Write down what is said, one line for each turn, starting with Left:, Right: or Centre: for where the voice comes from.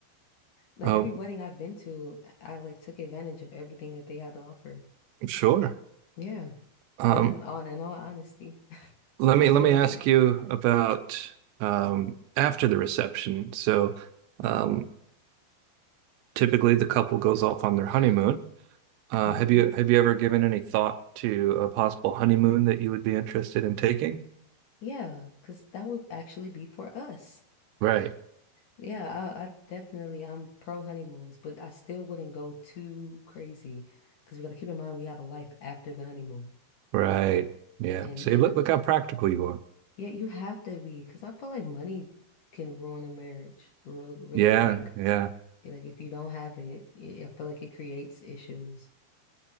Left: like
Right: Oh,
Left: every wedding I've been to, I like took advantage of everything that they had to offer.
Right: sure.
Left: Yeah.
Right: Um,
Left: And then uh, on in all honesty, <laughs>
Right: let
Left: I'm
Right: me let
Left: guilty.
Right: me ask you about um, after the reception. So, um, typically the couple goes off on their honeymoon. Uh,
Left: hmm
Right: have you have you ever given any thought to a possible honeymoon that you would be interested in taking?
Left: Yeah, because that would actually be for us.
Right: Right.
Left: Yeah, I, I definitely I'm pro honeymoons, but I still wouldn't go too crazy because we got to keep in mind we have a life after the honeymoon,
Right: Right. Yeah.
Left: and
Right: See,
Left: and
Right: look
Left: uh,
Right: look how practical you are.
Left: yeah, you have to be because I feel like money can ruin a marriage real really
Right: Yeah.
Left: quick.
Right: Yeah.
Left: Like if you don't have it, y- I feel like it creates issues,